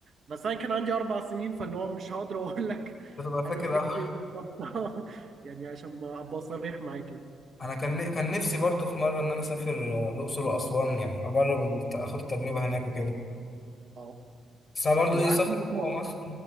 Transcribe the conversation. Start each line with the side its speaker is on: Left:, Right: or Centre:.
Right: بس أنا كان عندي أربع سنين فاللي هو مش هقدر أقول لك
Left: بتبقى فاكر
Right: أنا فاكر
Left: أوي.
Right: إيه بالظبط <laughs> يعني عشان ما أبقى صريح معاك يعني.
Left: انا كان كان نفسي برضو في مره ان انا اسافر آه، الاقصر واسوان يعني اجرب الت- اخد التجربه هناك وكده
Right: أه
Left: بس انا برضو
Right: وعارف
Left: ايه سفر
Right: إن هو-
Left: جوه مصر